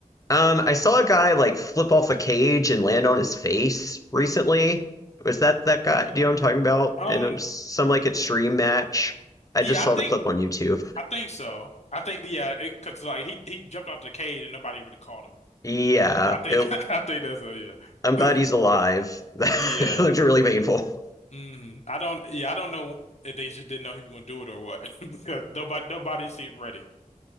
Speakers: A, on the left; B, on the left.
A: Um I saw a guy like flip off a cage and land on his face recently. Was that that guy? Do
B: Really?
A: you know what I'm talking about?
B: Um,
A: And it was some like extreme match. I
B: yeah,
A: just saw
B: I think
A: the clip on YouTube.
B: I
A: <laughs>
B: think so. I think yeah, cause like he he jumped off the cage and nobody really caught him.
A: Yeah,
B: I think
A: it
B: <laughs> I think that's so yeah.
A: I'm
B: <laughs>
A: glad he's alive. <laughs> That
B: Yeah.
A: looked really painful.
B: Mm, I don't yeah, I don't know if they just didn't know he was gonna do it or what <laughs> because nobody nobody seemed ready.